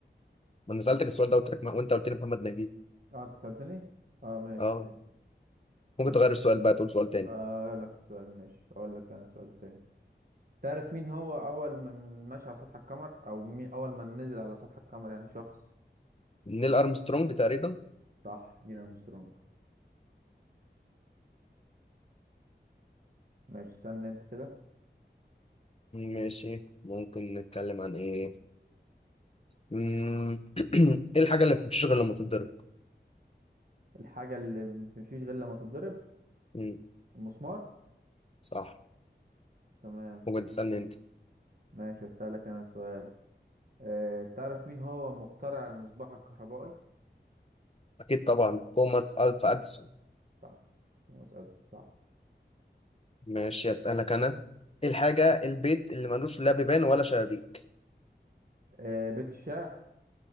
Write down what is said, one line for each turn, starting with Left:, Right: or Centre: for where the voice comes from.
Left: ما أنا سألتك السؤال ده وترك وأنت قلت لي محمد نجيب
Right: اه انت سألتني؟ اه ماشي
Left: أه
Right: ماشي بلاش
Left: ممكن تغير السؤال بقى تقول سؤال تاني
Right: آه غير لك السؤال ماشي أقول لك أنا سؤال تاني تعرف مين هو أول من مشى على سطح القمر أو مين أول من نزل على سطح القمر يعني شخص
Left: نيل أرمسترونج تقريبا
Right: صح نيل أرمسترونج ماشي استنى أنت كده
Left: ماشي ممكن نتكلم عن إيه مم، <clears throat> إيه الحاجة اللي ما بتمشيش غير لما تتضرب
Right: الحاجة اللي ما بتمشيش غير لما تتضرب
Left: مم،
Right: المسمار
Left: صح
Right: تمام
Left: ممكن تسألني أنت
Right: ماشي أسألك أنا سؤال آه تعرف مين هو مخترع المصباح الكهربائي؟
Left: أكيد طبعا توماس ألفا أديسون
Right: صح توماس أديسون صح
Left: ماشي أسألك أنا إيه الحاجة البيت اللي ملوش لا بيبان ولا شبابيك
Right: آه بيت الشعر